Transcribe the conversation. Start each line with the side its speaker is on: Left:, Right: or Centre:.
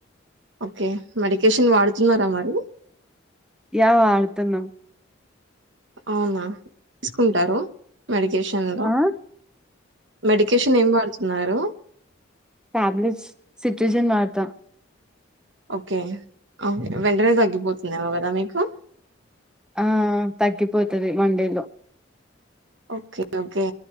Right: ఓకే మెడికేషన్ వాడుతున్నారా మరి
Centre: యా వాడుతున్నం
Right: అవునా <inaudible> సుకుంటారు మెడికేషన్
Centre: ఆ?
Right: మెడికేషన్ ఏం వాడుతున్నారూ
Centre: ట్యాబ్లెట్స్ సిట్రిజన్ వాడ్తా
Right: ఒకే అవ్ వెంటనే తగ్గిపోతుందేమో గదా మీకు
Centre: ఆఆ తగ్గిపోతది వండేలో
Right: ఒకే ఒకే